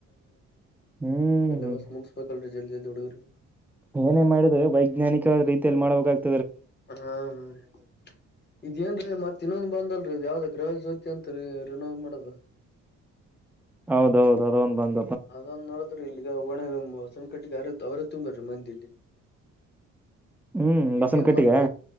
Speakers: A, in the centre; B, on the left.
A: ಹ್ಮ್
B: ಸೆಲೆಬಸ್ ಮುಗಸ್ಬೇಕಲ್ರೀ ಜಲ್ದಿಲ್ ಹುಡುಗ್ರಿ
A: ಏನೇ ಮಾಡಿದ ವೈಜ್ಞಾನಿಕ ರೀತಿಯಲ್ಲಿ ಮಾಡಬೇಕಾಗ್ತದೆ
B: ಹಾ ಹ್ಮ ರೀ ಇದೇಏನ್ರೀ ಮತ್ತ ಇನ್ನೊಂದ್ ಬಂದಲ್ರರಿ ಯಾವ್ದ ಪ್ರವ ಜ್ಯೋತಿ ಅಂತ ರೀ ರಿನೋ ಮಾಡೋದು
A: ಹೌದ ಹೌದು ಅದೊಂದ ಬಂದ
B: ಅದನ್ ನೋಡದ್ರಿ ಇಲ್ಲಿಗ ಒಣ ಸಂಕಟ್ಟಿಗೆರ ಅವರ ತುಂಬರ್ರಿ ಮಂದಿಲ್ಲಿ
A: ಹ್ಮ್ ಬಸನ್
B: ಈಗಏನ್
A: ಕಟ್ಟಿಗೆ
B: ಮತ್